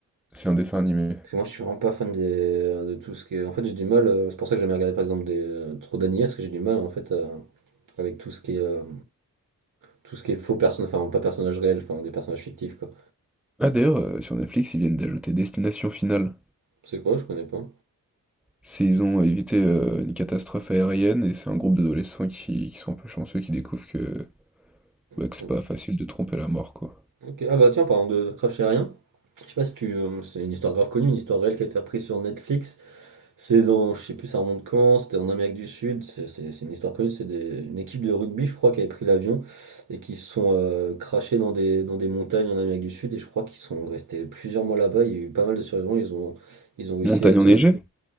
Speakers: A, in the centre; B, on the right (about 60°).
A: C'est un dessin animé.
B: Parce que moi je suis vraiment pas fan des, euh, de tout ce qui est. En fait j'ai du mal, euh, c'est pour ça que j'aime regarder par exemple des euh, trop d'animés, parce que j'ai du mal en fait euh, avec tout ce qui est euh, tout ce qui est faux personnages, enfin pas personnages réels, enfin des personnages fictifs quoi.
A: Ah d'ailleurs, euh, sur Netflix, ils viennent d'ajouter Destination Finale.
B: C'est quoi? Je connais pas.
A: C'est, ils ont évité euh, une catastrophe aérienne et c'est un groupe d'adolescents qui, qui sont un peu chanceux, qui découvrent que, bah, que
B: C'est
A: c'est
B: un
A: pas
B: peu-
A: facile de tromper la mort, quoi.
B: Ok, ah bah tiens, parlant de crash aérien, je sais pas si tu. euh, c'est une histoire grave connue, une histoire réelle qui a été reprise sur Netflix. C'est dans. Je sais plus, ça remonte quand, c'était en Amérique du Sud. C'est c'est- c'est une histoire connue, c'est des- une équipe de rugby, je crois, qui avait pris l'avion et qui se sont euh, crashés dans des, dans des montagnes en Amérique du Sud. Et je crois qu'ils sont restés plusieurs mois là-bas. Il y a eu pas mal de survivants. Ils ont, ils ont réussi
A: Montagne
B: à être.
A: enneigée?
B: euh,